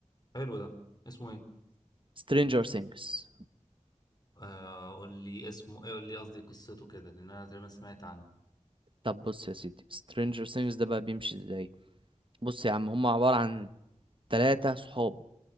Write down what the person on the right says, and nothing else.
Stranger Things
طب بص يا سيدي Stranger Things ده بقى بيمشي ازاي بص يا عم هم عبارة عن ثلاثة صحاب